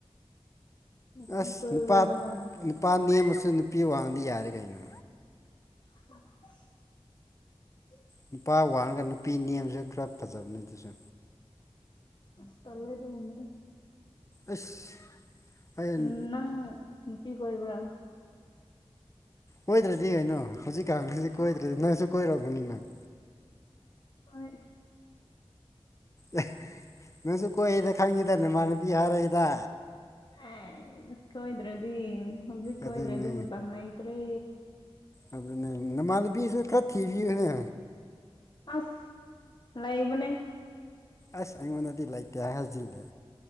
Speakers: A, on the left (about 45°); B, on the left (about 30°).
A: ꯅꯨꯄꯤ
B: ꯑꯁ
A: ꯀꯣꯏꯕ꯭ꯔꯣ
B: ꯅꯨꯄꯥ
A: ꯅꯪ
B: ꯅꯨꯄꯥ ꯅꯦꯝꯃꯁꯨ ꯅꯨꯄꯤ ꯋꯥꯡꯉꯗꯤ ꯌꯥꯔꯦ ꯀꯩꯅꯣ꯫
A: <unintelligible>
B: ꯅꯨꯄꯥ ꯋꯥꯉꯒ ꯅꯨꯄꯤ ꯅꯦꯝꯖꯨ ꯈꯔ ꯐꯖꯕꯅꯤ ꯑꯗꯨꯁꯨ
A: ꯑꯁ ꯇꯜꯂꯦ ꯑꯗꯨꯒꯨꯝꯕꯗꯨ꯫
B: ꯑꯁ ꯍꯌꯦꯡ
A: ꯎꯝ ꯅꯪ ꯅꯨꯄꯤ ꯀꯣꯏꯕꯔꯥ
B: ꯀꯣꯏꯗ꯭ꯔꯗꯤ ꯀꯩꯅꯣ ꯍꯧꯖꯤꯛꯀꯥꯟꯁꯤꯗꯤ
A: ꯍꯥꯏꯁ
B: ꯀꯣꯏꯗ꯭ꯔꯗꯤ ꯅꯪꯁꯨ ꯀꯣꯏꯔꯝꯒꯅꯤ ꯅꯪ
A: ꯑꯣꯏ
B: ꯑ ꯅꯪꯁꯨ ꯀꯣꯏꯗ ꯈꯪꯉꯤꯗꯅꯦ ꯅꯃꯥꯅꯕꯤ ꯍꯥꯏꯔꯛ ꯏꯗ
A: ꯑꯥꯏꯁ ꯀꯣꯏꯗ꯭ꯔꯗꯤ ꯍꯧꯖꯤꯛ
B: ꯑꯗꯨꯅꯦ
A: ꯀꯣꯏꯗ꯭ꯔꯗꯤ ꯃꯇꯝ ꯂꯩꯇꯔ꯭ꯦ꯫
B: ꯑꯗꯨꯅꯦ ꯅꯃꯥꯟꯅꯕꯤꯁꯨ ꯈꯔ ꯊꯤꯕꯤꯌꯨꯅꯦ꯫
A: ꯑꯁ ꯂꯩꯕꯅꯦ꯫
B: ꯑꯁ ꯑꯩꯥꯉꯣꯟꯗꯤ ꯂꯩꯇꯦ ꯍꯥꯏꯖꯤꯜꯂꯦ꯫